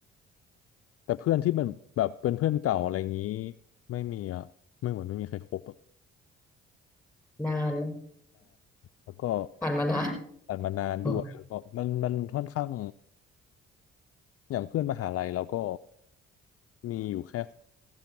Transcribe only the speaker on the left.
แต่เพื่อนที่เป็นแบบเป็นเพื่อนเก่าอะไรอย่างนี้ไม่มีอ่ะไม่เหมือนไม่มีใครคบอะ
แล้วก็
ผ่านมานานด้วยแล้วก็มันมันค่อนข้าง
อย่างเพื่อนมหาลัยเราก็มีอยู่แค่